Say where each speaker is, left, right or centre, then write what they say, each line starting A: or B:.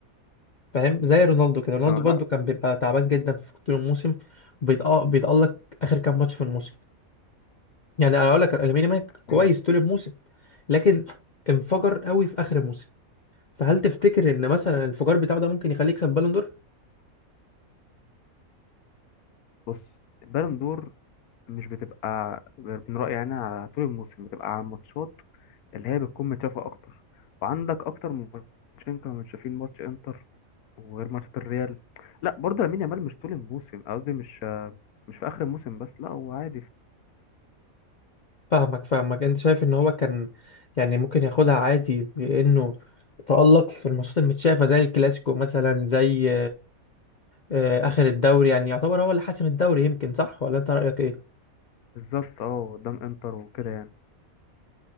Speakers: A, on the left (about 50°); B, on the left (about 85°).
A: فاهم زي رونالدو كده رونالدو
B: اه
A: برضو
B: لا
A: كان بيبقى تعبان جدا في طول الموسم بيتأ- بيتالق اخر كام ماتش في الموسم يعني انا اقول لك لامين يامال كويس
B: يعني
A: طول الموسم لكن انفجر قوي في اخر الموسم فهل تفتكر ان مثلا الانفجار بتاعه ده ممكن يخليه يكسب بالون دور
B: بص بالون دور مش بتبقى من رأيي أنا على طول الموسم بتبقى على الماتشات اللي هي بتكون متشافة أكتر وعندك أكتر من ماتشين كانوا متشافين ماتش إنتر وغير ماتشات الريال لا برضه لامين يامال مش طول الموسم قصدي مش مش في آخر الموسم بس لا هو عادي
A: فاهمك فاهمك انت شايف ان هو كان يعني ممكن ياخدها عادي بانه تألق في الماتشات المتشافة زي الكلاسيكو مثلا زي آه، اخر الدوري يعني يعتبر هو اللي حاسم الدوري يمكن صح ولا انت رأيك ايه
B: بالظبط اه قدام إنتر وكده يعني